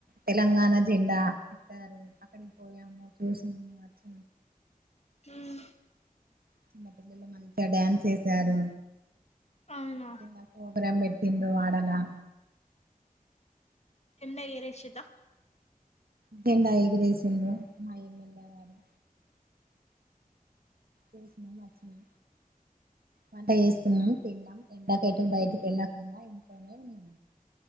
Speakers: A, on the right; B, on the left.
A: తెలంగాణ జెండా ఇస్తారు అక్కడికి పోయాము అచోసినమాచ్
B: ఉమ్
A: చిన్నపిల్లలు మంచిగా డ్యాన్స్ ఏసారు
B: అవునా
A: చిన్న ప్రోగ్రాం పింద వాడలా
B: చెంద ఎగరేషిర్రా
A: జెండా ఎగరేసిండ్రు మా ఎమ్మెల్యే గారు చేసినాం వచ్చినం వంట చేసుకున్నాం తిన్నాం ఎండాకెటు బయటి ఎల్లాకుండా ఇంట్లోనే ఉన్నాం